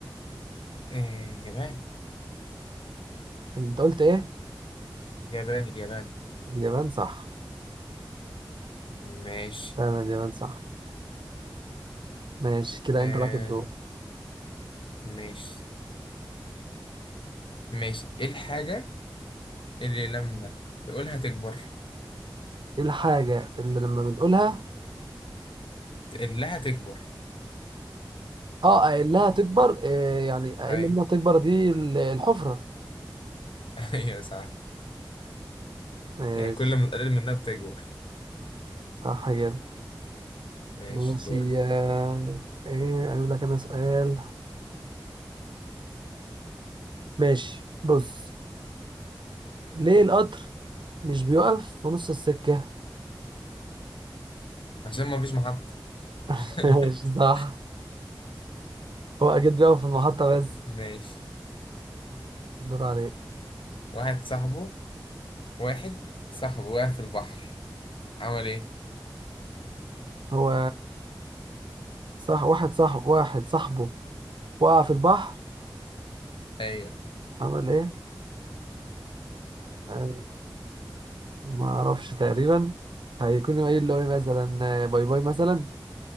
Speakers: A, on the left; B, on the right.
A: آه، يابان
B: انت قلت ايه
A: يابان اليابان
B: اليابان صح
A: ماشي
B: فعلا اليابان صح ماشي كده
A: آم،
B: انت لك الدور
A: ماشي ماشي ايه الحاجة اللي لما تقولها تكبر
B: ايه الحاجة اللي لما بنقولها
A: تقول لها تكبر
B: اه اقلها تكبر آه يعني اقل
A: اي
B: منها تكبر دي ال- الحفرة
A: <laughs> ايوه صح
B: ماشي
A: يعني كل ما تقلل منها بتكبر
B: صح كده
A: ماشي
B: ماشي
A: دور
B: آه... ايه اقول لك انا سؤال ماشي بص ليه القطر مش بيقف في نص السكة
A: عشان ما فيش محطة
B: <laughs>
A: <laughs>
B: ماشي صح هو اكيد بيقف في المحطة بس
A: ماشي
B: دور عليك
A: واحد صاحبه واحد صاحبه واقع في البحر عمل ايه
B: هو صح واحد صاحب واحد صاحبه وقع في البحر
A: ايوه
B: عمل ايه آه، ما اعرفش تقريبا هيكون قايل له ايه مثلا آه، باي باي مثلا